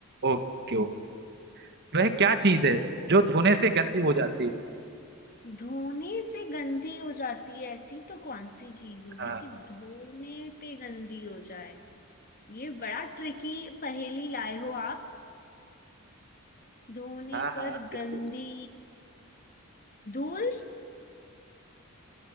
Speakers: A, on the right; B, on the left.
A: Okay okay वह क्या चीज है जो धोने से गंदी हो जाती है
B: धोने से गंदी हो जाती है ऐसी तो कौन सी चीज होगी
A: हाँ
B: कि धोने पे गंदी हो जाए ये बड़ा ट्रिकी पहेली लाए हो आप धोने
A: हाँ
B: पर
A: हाँ बिल्कुल
B: गंदी
A: भी।
B: धूल